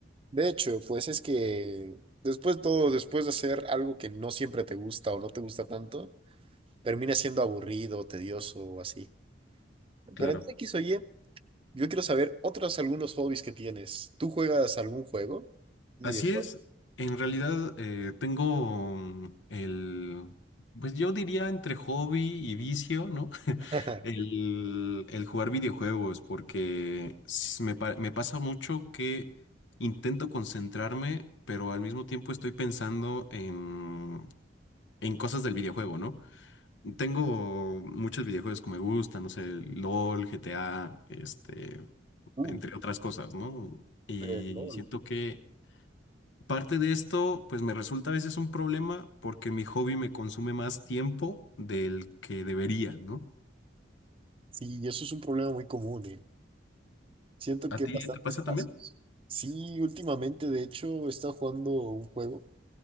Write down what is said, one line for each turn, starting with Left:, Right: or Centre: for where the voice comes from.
Right: De hecho, pues es que después todo, después de hacer algo que no siempre te gusta o no te gusta tanto, termina siendo aburrido, tedioso o así.
Left: Claro.
Right: Pero en X o Y, yo quiero saber otros algunos hobbies que tienes. ¿Tú juegas algún juego? Un
Left: Así
Right: Videojuego.
Left: es, en realidad eh, tengo mm, el, pues yo diría entre hobby y vicio, ¿no? <laughs>
Right: <laughs>
Left: El, el jugar videojuegos, porque s- me, pa- me pasa mucho que intento concentrarme, pero al mismo tiempo estoy pensando en, en cosas del videojuego, ¿no? Tengo muchos videojuegos que me gustan, no sé, LOL, GTA, este,
Right: Uh,
Left: entre otras cosas, ¿no? Y
Right: el LOL.
Left: siento que Parte de esto, pues me resulta a veces un problema porque mi hobby me consume más tiempo del que debería, ¿no?
Right: Sí, eso es un problema muy común, eh. Siento
Left: ¿A
Right: que en
Left: ti
Right: bastantes
Left: te pasa
Right: casos.
Left: también?
Right: Sí, últimamente, de hecho, he estado jugando un juego